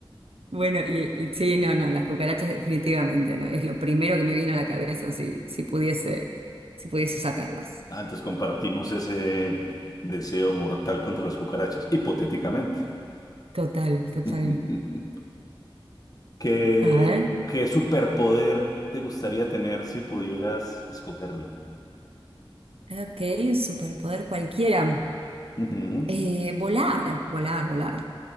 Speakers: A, on the right; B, on the left.
A: Bueno, y, y sí, no, no, las cucarachas definitivamente, ¿no? Es lo primero que me viene a la cabeza si, si pudiese, si pudiese sacarlas.
B: Antes compartimos ese deseo mortal contra las cucarachas, hipotéticamente.
A: Total, total.
B: <laughs> ¿Qué,
A: A ver,
B: qué superpoder te gustaría tener si pudieras escogerlo?
A: ok, un superpoder cualquiera.
B: Ujú.
A: Eh, volar, volar, volar,